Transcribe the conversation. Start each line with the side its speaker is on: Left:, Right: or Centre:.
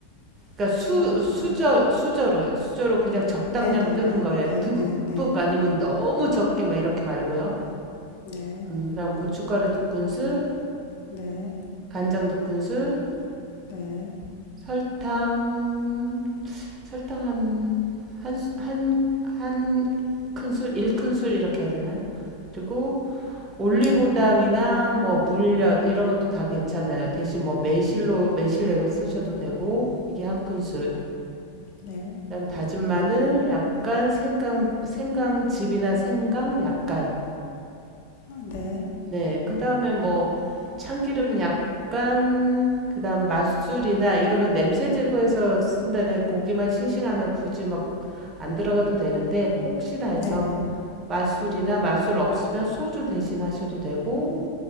Right: 그러니까
Left: 고추장
Right: 수
Left: 3큰술?
Right: 수저 수저로요. 수저로 그냥 적당량
Left: 네네네,
Right: 뜨는 거에
Left: 네네네.
Right: 듬뿍 아니면 너무 적게 막 이렇게 말고요.
Left: 네,
Right: 음, 그다음 고춧가루 두 큰술,
Left: 네,
Right: 간장 두 큰술,
Left: 네,
Right: 설탕 설탕 한 한 한 한 큰술, 일 큰술 이렇게 해야 되나요? 그리고 올리고당이나
Left: 네,
Right: 뭐 물엿 이런 것도 다 괜찮아요. 대신 뭐 매실로 매실액을 쓰셔도 되고 이게 한 큰술.
Left: 네,
Right: 그다음 다진 마늘 약간 생강 생강즙이나 생강 약간.
Left: 아, 네,
Right: 네. 그다음에 뭐 참기름 약간 그다음 맛술이나 이거는 냄새 제거해서 쓴다는 고기만 싱싱하면 굳이 막 안 들어가도 되는데 혹시나 해서
Left: 네, 네,
Right: 맛술이나
Left: 음,
Right: 맛술 없으면 소주 대신 하셔도 되고